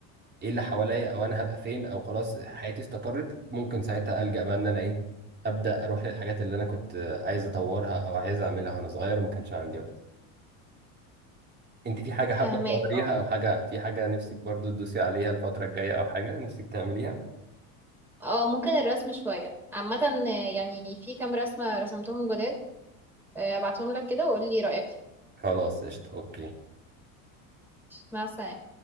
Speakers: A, on the right; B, in the centre.
A: ايه اللي حواليا او انا هبقى فين او خلاص حياتي استقرت ممكن ساعتها ألجأ بقى ان انا ايه ابدا اروح للحاجات اللي انا كنت عايز اطورها او عايز اعملها وانا صغير وما كانش عندي وقت انت في حاجه حابه
B: فهماك
A: تطوريها
B: اه
A: او حاجه في حاجه نفسك برضو تدوسي عليها الفتره الجايه او حاجه نفسك تعمليها
B: اه ممكن الرسم شوية عامة آه، يعني في كام رسمة رسمتهم جداد آه، ابعتهم لك كده وقولي رأيك فيهم
A: خلاص قشطه اوكي
B: مع السلامة